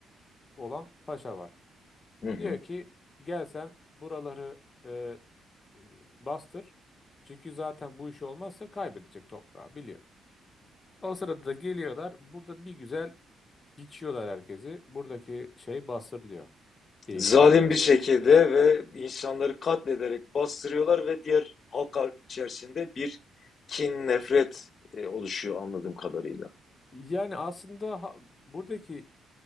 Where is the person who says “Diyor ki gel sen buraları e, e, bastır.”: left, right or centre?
Left